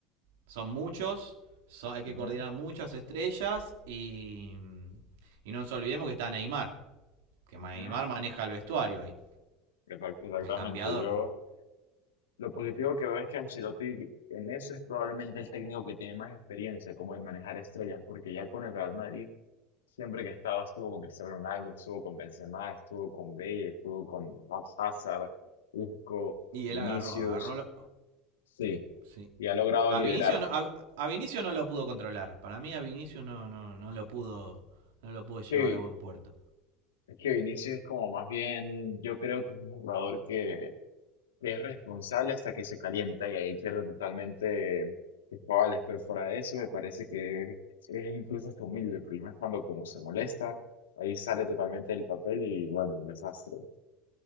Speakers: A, on the right (about 75°); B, on the left (about 90°).
A: son muchos, son- hay que
B: Ajá,
A: coordinar muchas estrellas y y no nos olvidemos que está Neymar, que Neymar
B: ajá.
A: maneja el vestuario ahí.
B: Exact- Exactamente.
A: El cambiador.
B: Yo lo positivo que veo es que Ancelotti en eso es probablemente el técnico que tiene más experiencia como en manejar estrellas, porque ya con el Real Madrid siempre que estaba estuvo con Cristiano Ronaldo, estuvo con Benzema, estuvo con Bale, estuvo con Hazard, Isco,
A: Y
B: Vinicius,
A: él agarró, agarró. lo-
B: sí,
A: sí.
B: y ha logrado
A: A
B: liderar.
A: Vinicio, no, a, a Vinicio no lo pudo controlar. Para mí a Vinicio no, no, no lo pudo no lo pudo llevar
B: Que,
A: a buen puerto.
B: que Vinicius es como más bien, yo creo que es un jugador que Es responsable hasta que se calienta y ahí pierde totalmente sus cabales, pero fuera de eso me parece que es incluso hasta humilde, porque más cuando como se molesta, ahí sale totalmente del papel y bueno, un desastre.